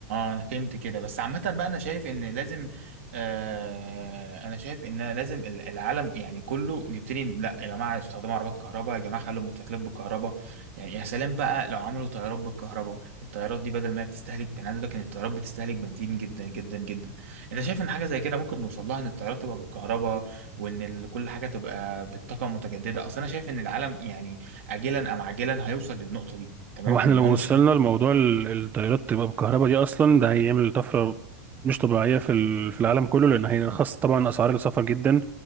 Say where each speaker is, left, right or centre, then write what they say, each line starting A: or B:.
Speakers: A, on the right (about 70°); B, on the right (about 25°).
A: اه انا فهمت كده بس عامة بقى انا شايف ان لازم آه انا شايف ان لازم ال- العالم يعني كله نبتدي لا يا جماعة استخدموا عربات كهرباء يا جماعة خلوا الموتوسيكلات بالكهرباء يعني يا سلام بقى لو عملوا طيارات بالكهرباء الطيارات دي بدل ما هي بتستهلك بنزين عايز أقول لك ان الطيارات بتستهلك بنزين جدا جدا جدا انت شايف ان حاجة زي كده ممكن نوصل لها ان الطيارات تبقى بالكهرباء وان ال- كل حاجة تبقى بالطاقة المتجددة اصل انا شايف ان العالم يعني اجلا ام عاجلا هيوصل للنقطة دي تمام
B: هو احنا
A: لان
B: لو
A: هو مش
B: وصلنا
A: هيبقى-
B: لموضوع ال- الطيارات تبقى بالكهرباء دي اصلا ده هيعمل طفره مش طبيعيه في ال- في العالم كله لان هيرخص طبعا اسعار السفر جدا